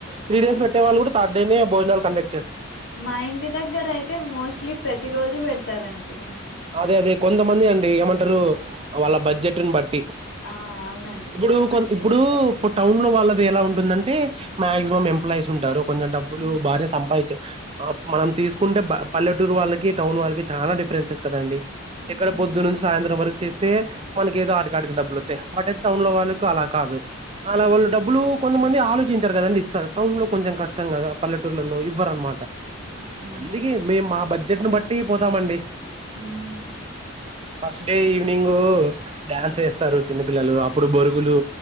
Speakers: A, on the right (about 25°); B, on the left (about 70°).
A: త్రీ
B: ఆ
A: డేస్ పెట్టే వాళ్ళు కూడా త నే బోజనాలు కండక్ట్
B: మా ఇంటి దగ్గర అయితే మోస్ట్లీ ప్రతి రోజు పెడతారండి
A: అదే అదే కొంత మంది అ ఏమంటారు
B: ఆ
A: వాళ్ళ బడ్జెట్ న్ పట్టి
B: ఆ! అవునండి
A: ఇప్పుడు
B: వాళ్ళ
A: కొ
B: బడ్జెట్
A: ఇప్పుడు
B: ని బట్టి
A: ఇప్పు టౌన్ లో వాళ్ళ ఎలా ఉంటుందంటే మాక్సిమం ఎంప్లాయీస్ ఉంటారు కొంచెం డబ్బులు
B: హ్మ్.
A: భార్య సంపాదించు మనం తీసుకుంటే పల్లెటూరు వాళ్ళకి టౌన్ వాళ్ళకి చాలా డిఫరెన్సెస్ ద అండి
B: అవునండి
A: ఇక్కడ పొద్దు నుంచి సాయంత్రం వరకు చేసి స్తే మనక ఏదో అడికాడికి డబ్బులు వస్తాయి బట్తే టౌన్ లో వాళ్ళకు అలా కాదు
B: హ్మ్.
A: అలా వాళ్ళు డబ్బులు కొంతమంది ఆలోచించారు కదండి సార్ టౌన్ లో కొంచెం కష్టం కదా పల్లెటూర్లలో ఇవ్వరు అనమాట
B: అవునండి
A: అందుకే మేము మా బడ్జ చెట్టును బట్టి పోతామండి
B: అ
A: ఫస్ట్ డే ఈవనింగ డ్యాన్స్ వేస్తారు చిన్న పపిల్లలు అప్పుడు బొరుగులు